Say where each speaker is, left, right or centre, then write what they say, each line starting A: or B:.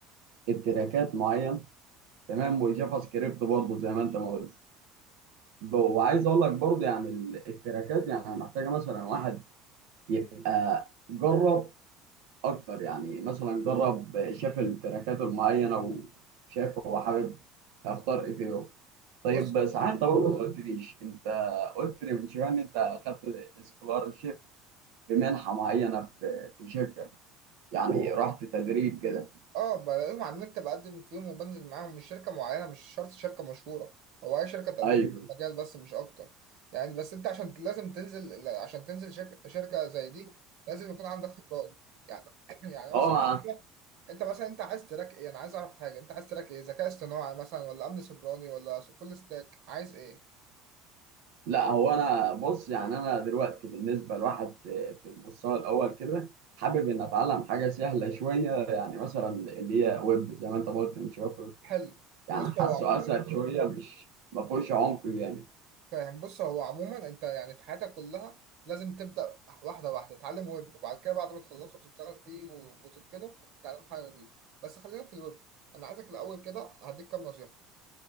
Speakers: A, on the right (about 80°); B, on the right (about 55°).
A: التراكات معين تمام والجافا سكريبت برضه زي ما انت ما قلت ب- وعايز اقول لك برضه يعني ال- التراكات يعني محتاجه مثلا واحد يبقى جرب اكتر يعني مثلا جرب شاف التراكات المعينه وشاف هو حابب اختار ايه فيهم طيب
B: بص
A: ساعات انت برضه ما قلتليش انت قلت لي من شويه ان انت اخدت سكولارشيب في منحه معينه في في شركه يعني رحت تدريب كده
B: اه بلاقيهم على النت بقدم فيهم وبنزل معاهم مش شركة معينة مش شرط شركة مشهورة هو اي شركة تقدم
A: ايوه
B: لك مجال بس مش اكتر يعني بس انت عشان لازم تنزل عشان تنزل شركة شركة زي دي لازم يكون عندك خبرات يعني <coughs> <clears throat> يعني
A: هو
B: مثلا انت مثلا انت عايز تراك ايه انا عايز اعرف حاجه انت عايز تراك ايه ذكاء اصطناعي مثلا ولا امن سيبراني ولا فول ستاك عايز ايه
A: لا هو انا بص يعني انا دلوقتي بالنسبه لواحد في في المستوى الاول كده حابب ان اتعلم حاجه سهله شويه يعني مثلا اللي هي ويب زي ما انت قلت من شويه
B: حلو
A: يعني
B: بص
A: حاسه
B: هو عموما
A: اسهل شويه مش ما فيهوش عمق جامد
B: فاهم بص هو عموما انت يعني في حياتك كلها لازم تبدا واحده واحده تتعلم ويب وبعد كده بعد ما تخلصه تشتغل فيه و- وتتقنه تتعلم حاجه جديده بس خلينا في الويب انا عايزك الاول كده هديك كام نصيحه